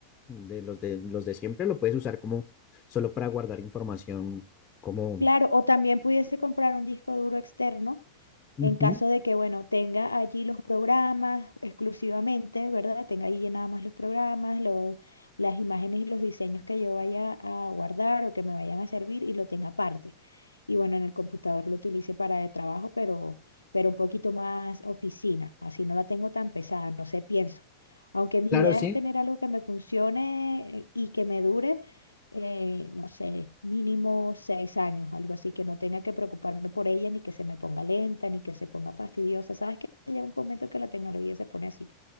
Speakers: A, on the left; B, on the left.
A: de los de los de siempre, lo puedes usar como solo para guardar información como...
B: claro, o también pudiese comprar un disco duro externo
A: Ujú.
B: En caso de que, bueno, tenga allí los programas exclusivamente, ¿verdad? Tenga allí nada más los programas, los- las imágenes y los diseños que yo vaya a guardar o que me vayan a servir y lo tenga aparte. Y bueno, en el computador lo utilice para el trabajo, pero, pero un poquito más oficina. Así no la tengo tan pesada, no sé, pienso. Aunque mi
A: Claro,
B: idea
A: sí.
B: es tener algo que me funcione eh, y que me dure, eh, no sé, mínimo seis años, algo así, que no tenga que preocuparme por ella, ni que se me ponga lenta, ni que se ponga fastidiosa. Sabes que llega un momento que la tecnología se pone así.